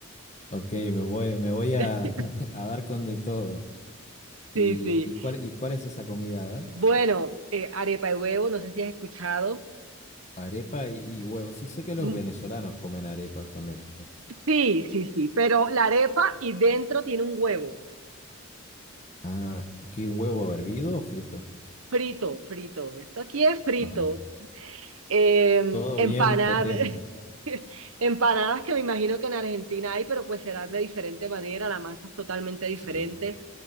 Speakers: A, on the left (about 35°); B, on the right (about 85°).
A: ok, me voy, me voy a,
B: <laughs>
A: <laughs> a dar con de todo. ¿Y,
B: Sí, sí.
A: y cuál, y cuál es esa comida? A ver,
B: Bueno, eh, arepa de huevo, no sé si has escuchado.
A: arepa y, y huevos. Sí, sé que los
B: Mm,
A: venezolanos comen arepas también.
B: Sí, sí, sí, pero la arepa y dentro tiene un huevo.
A: Ah, ¿qué huevo hervido o frito?
B: Frito, frito. Esto aquí es frito.
A: Ajá.
B: Eh,
A: Todo
B: empanadas,
A: bien potente.
B: <laughs> empanadas que me imagino que en Argentina hay, pero pues serán de diferente manera, la masa es totalmente diferente.
A: Sí.